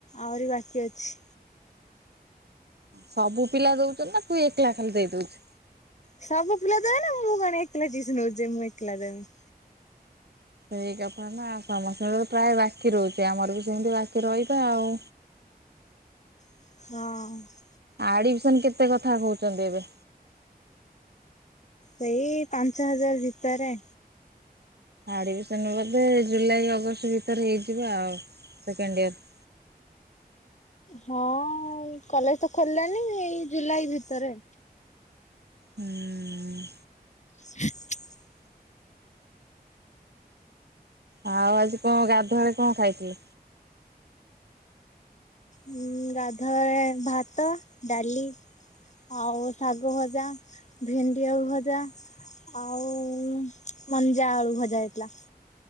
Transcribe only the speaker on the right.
ସବୁ ପିଲା ଦଉଛନ୍ତି ନା ତୁ ଏକଲା ଖାଲି ଦେଇ ଦଉଛୁ?
ସେଇ କଥା ନା ସମସ୍ତଙ୍କର ତ ପ୍ରାୟ ବାକି ରହୁଛି ଆମର ବି ସେମିତି ବାକି ରହିବା ଆଉ।
ଆଡବିଶନ କେତେ କଥା କହୁଛନ୍ତି ଏବେ।
ଆଡିବିସନ ବୋଧେ ଜୁଲାଇ ଅଗଷ୍ଟ ଭିତରେ ହେଇଯିବ ଆଉ ସେକେଣ୍ଡ ଇୟର <unintelligible>
ହୁଁ। ହୁଁ।
ଆଉ ଆଜି କଣ ଗାଧୁଆ ବେଳେ କଣ ଖାଇଥିଲେ?